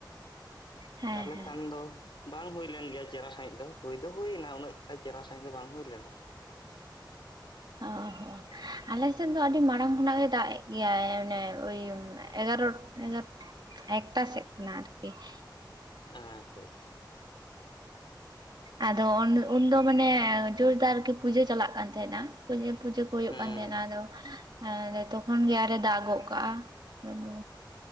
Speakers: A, on the right (about 65°); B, on the left (about 80°).
A: ᱦᱮᱸ
B: ᱛᱟᱦᱚᱞᱮ
A: ᱦᱮᱸ
B: ᱠᱷᱟᱱ ᱫᱚᱼᱼ ᱵᱟᱝ ᱦᱩᱭᱞᱮᱱ ᱜᱮᱭᱟ ᱪᱮᱨᱦᱟ ᱥᱟᱹᱦᱤᱡ ᱫᱚ, ᱦᱩᱭ ᱫᱚ ᱦᱩᱭ ᱮᱱᱟ ᱩᱱᱟᱹᱜᱴᱟ ᱪᱮᱨᱟ ᱥᱟᱦᱤᱡ ᱫᱚ ᱵᱟᱝ ᱦᱩᱭ ᱞᱮᱱᱟ ᱾
A: ᱚ ᱦᱚᱸ ᱟᱞᱮ ᱥᱮᱫ ᱫᱚ ᱟᱹᱰᱤ ᱢᱟᱲᱟᱝ ᱠᱷᱚᱱᱟᱜ ᱜᱮᱭ ᱫᱟᱜ ᱮᱫ ᱜᱮᱭᱟᱭ, ᱚᱱᱮ ᱳᱭ ᱮᱜᱟᱨᱚ ᱮᱜᱟᱨᱼᱼ ᱮᱠᱴᱟ ᱥᱮᱠ ᱠᱷᱱᱟᱜ ᱟᱨᱠᱤ ᱾
B: ᱟᱪᱪᱷᱟ, ᱟᱪᱪᱷᱟ ᱾
A: ᱟᱫᱚ ᱩᱱᱫᱚ ᱢᱟᱱᱮ ᱡᱳᱨᱫᱟᱨᱠᱤ ᱯᱩᱡᱟᱹ ᱪᱟᱞᱟᱜ ᱠᱟᱱ ᱛᱟᱦᱮᱱᱟ ᱾ ᱯᱟᱹ ᱯᱩᱡᱟᱹ ᱠᱚ ᱦᱩᱭᱩᱜ
B: ᱦᱩᱸ
A: ᱠᱟᱱ ᱛᱟᱦᱮᱱᱟ ᱟᱫᱚᱼᱼ ᱮ ᱛᱚᱠᱷᱚᱱ ᱜᱮ ᱟᱨᱮ ᱫᱟᱜ ᱜᱚᱫ ᱠᱟᱜᱼᱟ ᱾ ᱟᱫᱚᱼᱼ